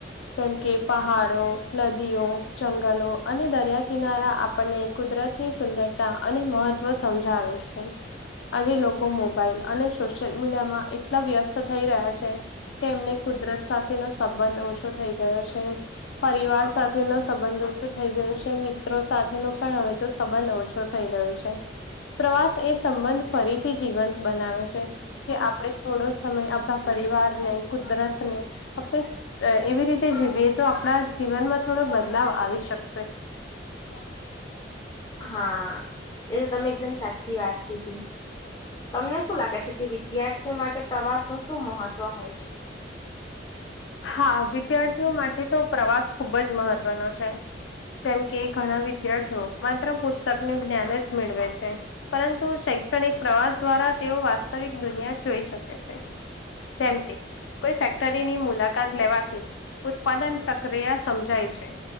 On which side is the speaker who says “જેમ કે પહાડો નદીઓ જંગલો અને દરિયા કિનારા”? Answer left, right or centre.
Left